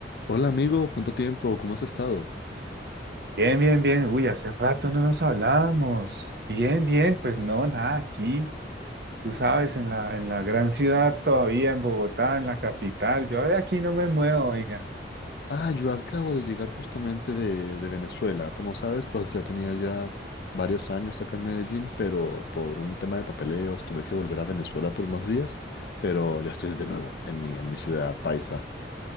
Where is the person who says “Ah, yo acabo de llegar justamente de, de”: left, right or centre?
Left